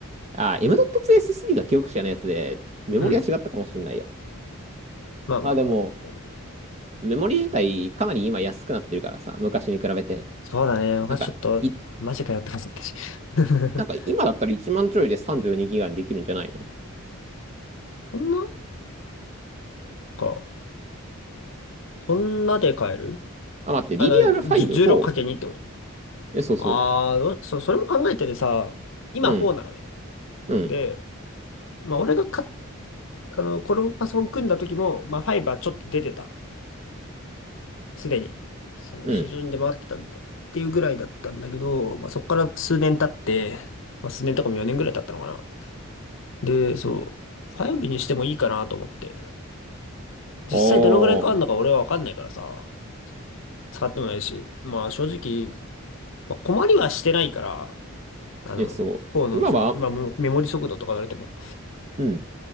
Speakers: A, on the right; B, on the left.
A: あ、M.2SSD が記憶者のやつで、メモリは違ったかもしれないや。
B: うん。まあまあまあ。
A: まあ、でも、
B: うん
A: メモリ自体かなり今安くなってるからさ、昔に比べて。
B: そうだね。昔ちょっと、
A: なんか、い、
B: マジかよって感じだったし。<laughs>
A: なんか今だったら1万ちょいで32ギガにできるんじゃないの
B: そんなか。そんなで買える
A: あ、待って、
B: あの、
A: DDR5、
B: じゅ 16×2
A: 4?
B: ってこと
A: え、そうそ
B: ああどうそ、それも考えててさ、今4なのね。
A: う。うん、うん、
B: で、まあ、俺がか、あの、このパソコン組んだ時も、まあ、ファイバーちょっと出てた。すでに。その、
A: うん。
B: 市場に出回ってたんだっていうぐらいだったんだけど、まあ、そこから数年経って、まあ、数年とかも4年ぐらい経ったのかな。で、そう、ファイブにしてもいいかなと思って。
A: おー。
B: 実際どのぐらい変わるのか俺はわかんないからさ、使ってもないし、まあ、正直、まあ、困りはしてないから、あの、
A: え、そう。
B: 方の、
A: 今は、
B: その、まあ、メモメモリ速度とか言われても、
A: うん。